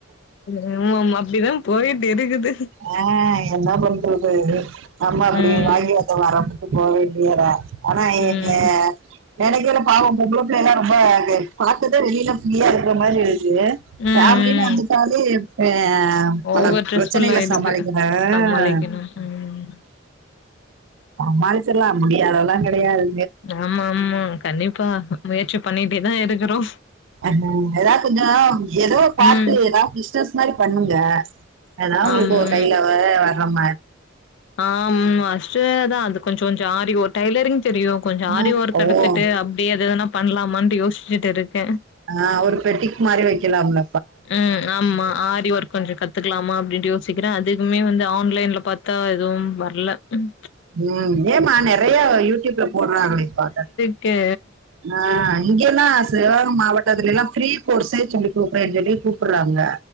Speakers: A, on the left (about 65°); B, on the right (about 70°).
A: ம் ஆமா அப்டிதா போய்ட்டு இருக்குது
B: ஆ என்ன பண்றது நம்ம அப்டி
A: ம்
B: வாங்கி வந்த வரோ அப்டின்டு போக வேண்டியதா ஆனா
A: ம்
B: எங்க
A: ம்
B: நனக்கைல பாவோ பொம்பள பிள்ளைலா ரொம்ப கொலக்குது வெளில ஃப்ரீயா இருக்க மாரி இருக்கு
A: ம்
B: ஃபமிலின் வந்துட்டாலே அ
A: ஓவர்
B: பல
A: ஸ்ட்ரெஸ்ஃபுல்
B: ப்ர ப்ரச்சனைகள
A: ஆயிடுது
B: சமாளிக்கனு
A: சமாளிக்கணு
B: அ
A: ம்
B: சமாளிச்சிரலா முடியாதெல்லா கடையாது
A: ஆமா ஆமா கண்டிப்பா முயற்சி பண்ணிட்டேதா இருக்குறோ
B: ஆமா அதா கொஞ்சோ ஏதோ பாத்து
A: ம்
B: எதா இஸ் பிஸ்னஸ் மாரி பண்ணுங்க அதா உங்ளுக்கு
A: ஆமாம்
B: கைல நம்ம
A: ஆமா அஸ்ட தா அது கொஞ்சோ ஜாரி ஓ டைலரிங் தெரியு கொஞ்சோ
B: ஆனா
A: ஆரி ஒர்க்
B: ஓ
A: எடுத்துட்டு அப்டியே அது வேனா பண்லாமான்ட்டு யோசிச்சுட்டு இருக்க
B: ஆ ஒரு பெட்டிக் மாறி வைக்கலாம்ல
A: ம் ஆமா ஆரி ஒர்க் கொஞ்சோ கத்துக்கலாமா அப்டின்ட்டு யோ சிக்கிற அதுக்குமே வந்து ஆன்லைன்ல பாத்தா எதும் வர்ல ம்
B: ம் ஏமா நெறைய யூட்யூப்ல போட்றாங்களே பாத்த
A: கே
B: ஆ இங்கேனா சேலம் மாவட் டத்திலல்லா ஃப்ரீ கோர்ஸே சொல்லி குடுக்குறேன் சொல்லி கூப்டுறாங்க